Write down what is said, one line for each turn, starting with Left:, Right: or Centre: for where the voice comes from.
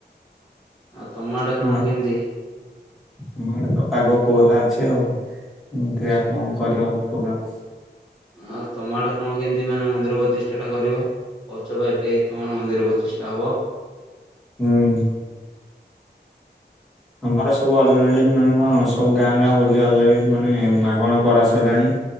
Left: ଆଉ ତମ ଆଡ଼େ
Centre: ହଁ
Left: କଣ କେମିତି?
Centre: ଆମ ଆଡେ ତ ପାଗ କୋହଲା ଅଛି ଆଉ। କୀରା କଣ କରିହବ ପ୍ରୋଗ୍ରାମ?
Left: ଆଉ ତମ ଆଡ଼େ କଣ କେମିତି ମାନେ ମନ୍ଦିର ପଚିଷ୍ଟା ଟା କରିବ? କଉଛ ପା ଏବେ ତମର ମନ୍ଦିର ପଚିଶଟା ହବ?
Centre: ହୁଁ। ଆମର ସବୁ ଅଲ ମାନେ କଣ ସବୁ ଗାଁ ଗାଁ ବ ମାନେ ମାଗଣା କର ସରିଲାଣି